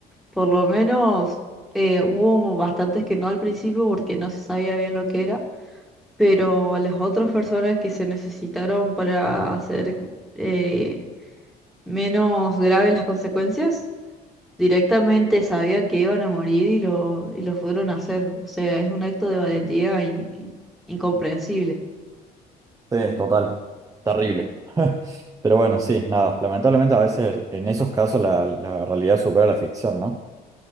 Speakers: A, in the centre; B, on the right.
A: por lo menos eh, hubo bastantes que no al principio porque no se sabía bien lo que era, pero a las otras personas que se necesitaron para hacer eh, menos graves las consecuencias Directamente sabían que iban a morir y lo, y lo fueron a hacer. O sea, es un acto de valentía in- in- incomprensible.
B: Sí, total. Terrible. <laughs> Pero bueno, sí, nada. Lamentablemente a veces en esos casos la, la realidad supera la ficción, ¿no?